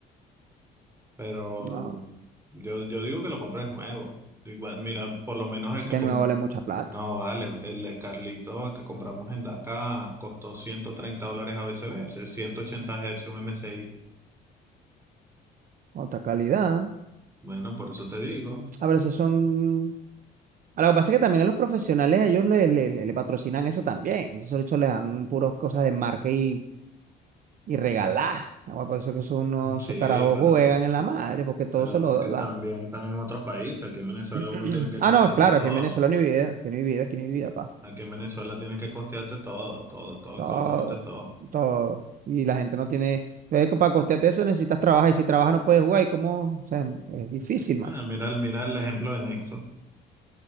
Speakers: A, on the right; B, on the right.
A: pero
B: No.
A: yo, yo digo que lo compres nuevo. Igual, mira, por lo menos
B: Así
A: el que,
B: que
A: com-
B: no me vale mucha plata.
A: No, vale, el de Carlito que compramos en DACA costó 130 dólares a ABCB, es ciento ochenta Hz un MSI.
B: Otra calidad.
A: Bueno, por eso te digo.
B: A ver, esos son. A lo que pasa es que también a los profesionales ellos le, le, le- le patrocinan eso también. Esos de hecho les dan puras cosas de marca y, y regalar. Ah, bueno, Por eso que son unos,
A: Sí,
B: esos carajos
A: pero,
B: juegan en la madre, porque todo
A: pero
B: se lo
A: es que
B: dan.
A: también están en otros países. Aquí en Venezuela
B: <clears throat>
A: uno tiene que
B: Ah,
A: costearse
B: no, claro,
A: todo.
B: aquí en Venezuela no hay vida, aquí no hay vida, aquí no hay vida, pa.
A: Aquí en Venezuela tienes que costearte todo, todo, todo,
B: Todo,
A: absolutamente todo.
B: todo. Y la gente no tiene. Entonces, para costearte eso necesitas trabajar, y si trabajas no puedes jugar, y cómo, o sea, es difícil,
A: Bueno,
B: mano.
A: mira, el- mira el ejemplo de Nexo.